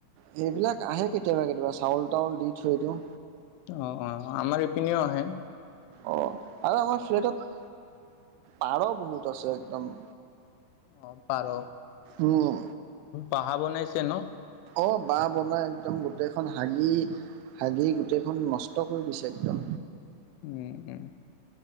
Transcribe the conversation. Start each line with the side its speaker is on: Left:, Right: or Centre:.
Right: সেইবিলাক আহে কেতিয়াবা কেতিয়াবা, চাউল-তাউল দি থৈ দিওঁ।
Left: অ' অ', আমাৰ এইপিনেও আহে।
Right: অ', আৰু আমাৰ ফ্লেটত পাৰ বহুত আছে একদম।
Left: অ', পাৰ,
Right: উম
Left: বাহা বনাইছে ন?
Right: অ', বাঁহ বনাই একদম গোটেইখন হাগি হাগি গোটেইখন নষ্ট কৰি দিছে একদম।
Left: উম উম,